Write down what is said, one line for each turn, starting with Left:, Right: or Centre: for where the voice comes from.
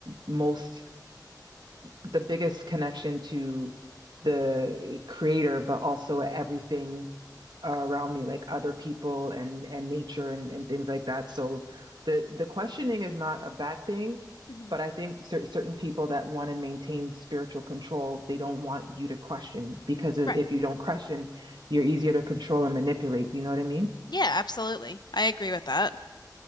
Right: most the biggest connection to the creator, but also everything around me, like other people and and nature and and things like that. So the the questioning is not a bad thing,
Left: hmm
Right: but I think cer certain people that want to maintain spiritual control, they don't want you to question because if
Left: Right.
Right: you don't question, you're easier to control and manipulate. Do you know what I mean?
Left: Yeah, absolutely. I agree with that.